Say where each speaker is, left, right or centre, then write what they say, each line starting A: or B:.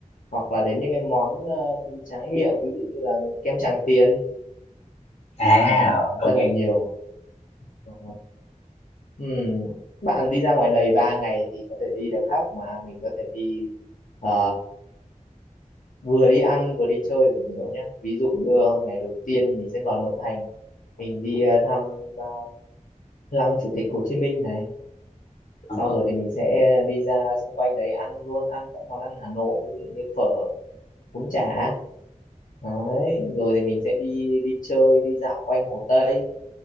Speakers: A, on the left; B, on the left.
A: hoặc là đến những cái món ờ, tráng miệng ví dụ như là kem Tràng Tiền
B: à
A: ừ,
B: ờ, có
A: rất
B: nghe
A: là nhiều Ờ, ừ. Bạn đi ra ngoài này 3 ngày thì có thể đi được khắp mà mình có thể đi ờ, vừa đi ăn vừa đi chơi được nhiều nhá ví dụ Ừ. như ờ, ngày đầu tiên mình sẽ vào nội thành mình đi ờ, thăm ờ, lăng Chủ tịch Hồ Chí Minh này
B: ờ
A: sau rồi thì mình sẽ đi ra xung quanh đấy ăn luôn ăn các món ăn Hà Nội ví dụ như phở bún chả đấy rồi thì mình sẽ đi đi chơi đi dạo quanh Hồ Tây